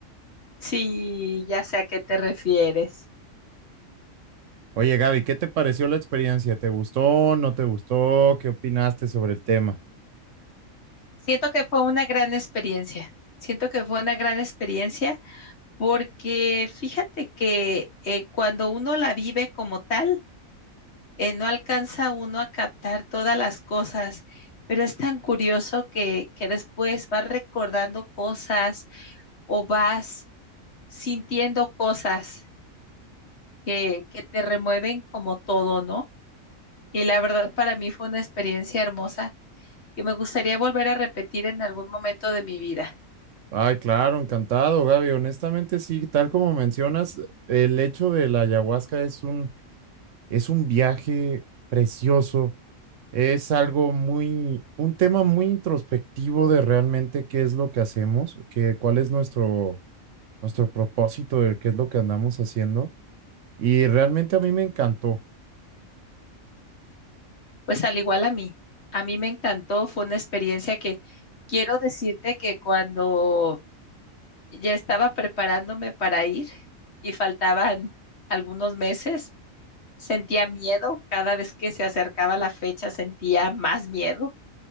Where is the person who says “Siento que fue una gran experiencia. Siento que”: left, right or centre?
Left